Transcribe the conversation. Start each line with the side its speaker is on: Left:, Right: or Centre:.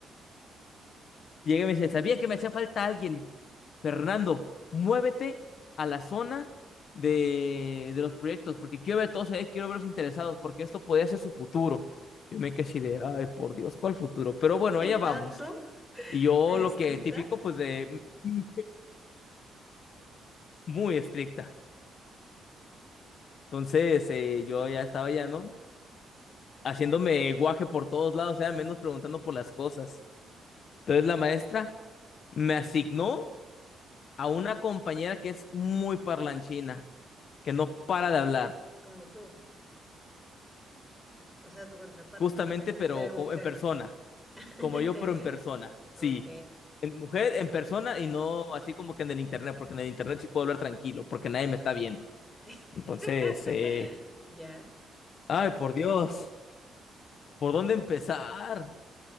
Left: Llega y me dice, ¿sabías que me hacía falta alguien? Fernando, muévete a la zona de, de los proyectos, porque quiero ver a todos ahí, quiero verlos interesados, porque esto podría ser su futuro. Yo me quedé así de, ay, por Dios, ¿cuál futuro?
Centre: <laughs>
Left: Pero bueno,
Centre: ¿Hice
Left: allá
Centre: tanto?
Left: vamos. Y yo
Centre: ¿Tan estricta?
Left: lo que típico, pues de mm, muy estricta. Entonces, eh, yo ya estaba ya, ¿no? Haciéndome guaje por todos lados, o sea, menos preguntando por las cosas. Entonces la maestra me asignó a una compañera que es muy parlanchina que no para de hablar,
Centre: Como tú. O sea, tu contraparte.
Left: justamente, pero
Centre: Pero mujer.
Left: co- en persona,
Centre: <laughs>
Left: como yo, pero en persona, sí.
Centre: Ok.
Left: En mujer, en persona y no así como que en el internet, porque en el internet sí puedo hablar tranquilo, porque nadie me está viendo.
Centre: <laughs>
Left: Entonces, eh,
Centre: Ya.
Left: ay, por Dios, ¿por dónde empezar?